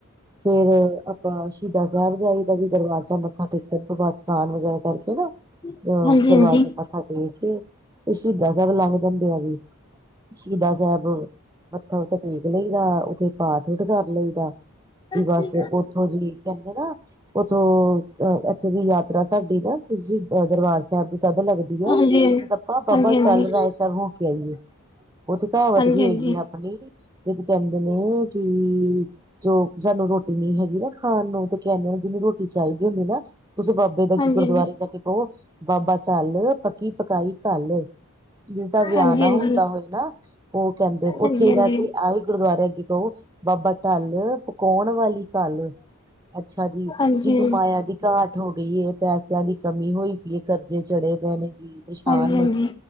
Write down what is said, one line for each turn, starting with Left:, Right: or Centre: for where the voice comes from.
Right: ਫੇਰ, ਆਪਾਂ ਸ਼ਹੀਦਾਂ ਸਾਹਿਬ ਜਾਈਦਾ ਜੀ ਦਰਬਾਰ ਸਾਬ ਮੱਥਾ ਟੇਕ ਫੇਰ ਦੋਬਾਰਾ ਸਾਨਨ ਵਗੈਰਾ ਕਰਕੇ ਨਾ,
Left: ਹਾਂਜੀ-ਹਾਂਜੀ।
Right: ਦਰਬਾਰ ਸਾਹਿਬ ਮੱਥਾ ਟੇਕ ਤੇ ਸ਼ਹੀਦ ਸਾਹਿਬ ਲੰਘ ਜਾਦੇ ਆ ਜੀ, ਸ਼ਹੀਦਾ ਸਾਹਿਬ ਮੱਥਾ ਟੇਕ ਲਈਦਾ ਓਦੇ ਪਾਪ ਵੀ ਕਰ ਲਈਦਾ। ਤੇ ਬਸ
Left: ਹਾਂਜੀ-ਹਾਂਜੀ,
Right: ਉਥੋਂ ਜੀ ਕਹਿੰਦੇ ਨਾ ਓਥੋਂ ਅ ਇੱਥੇ ਦੀ ਯਾਤਰਾ ਸਾਡੀ ਨਾ ਦਰਬਾਰ ਸਾਹਿਬ ਦੀ ਤਦ ਲੱਗਦੀ
Left: ਹਾਂਜੀ-ਹਾਂਜੀ,
Right: ਐ, ਜਦ ਆਪਾਂ ਬਾਬਾ ਟਲ ਰਾਏ ਸਾਹਿਬ ਹੋ ਕੇ ਆਈਏ। ਓਥੇ ਤਾ ਹਵਾ
Left: ਹਾਂਜੀ-ਹਾਂਜੀ।
Right: ਟੀਕੀ ਹੋਏ
Left: ਹਾਂਜੀ-ਹਾਂਜੀ,
Right: ਹਨੀ, ਇਹ ਤੇ ਕਹਿੰਦੇ ਨਾ ਕਿ ਜੋ ਸਾਨੂੰ ਰੋਟੀ ਨੀ ਹੈਗੀ ਨਾ ਖਾਣ ਨੂੰ ਤੇ ਕੈਦੇ ਜੇਨੂ ਰੋਟੀ ਚਾਈਦੀ ਹੁੰਦੀ ਨਾ, ਓਤ ਬਾਬਾ ਤੇ ਇਦਾਂ
Left: ਹਾਂਜੀ-ਹਾਂਜੀ।
Right: ਹੀ ਗੁਰਦੁਆਰੇ ਜਾ ਕੇ ਕੋ, ਬਾਬਾ ਟਲ, ਪੱਕੀ ਪਕਾਈ ਘੱਲ ਜਿਸ ਦਾ ਵਿਆਣਾ
Left: ਹਾਂਜੀ
Right: ਹੁੰਦਾ
Left: ਹਾਂਜੀ
Right: ਹੋਏ ਨਾ ਕੈਂਦੇ
Left: ਹਾਂਜੀ
Right: ਓਥੇ ਈ ਜਾ ਕੇ ਆਈ ਗੁਰਦੁਆਰੇ ਅੱਗੇ ਕਓ ਬਾਬਾ ਢਲ ਪਕਾਉਣ ਵਾਲੀ ਘਲ, ਅੱਛਾ ਜੀ
Left: ਹਾਂਜੀ
Right: ਜਿਹਨੂੰ ਮਾਇਆ ਦੀ ਘਾਟ ਹੋ ਗਈ ਏ, ਪੈਸਿਆਂ ਦੀ ਕਮੀ ਹੋਈ ਪਈ ਐ, ਕਰਜ਼ੇ ਚੜੇ ਪਏ ਨੇ ਜੀ ਪਰੇਸ਼ਾਨ
Left: ਹਾਂਜੀ-ਹਾਂਜੀ।
Right: ਨੇ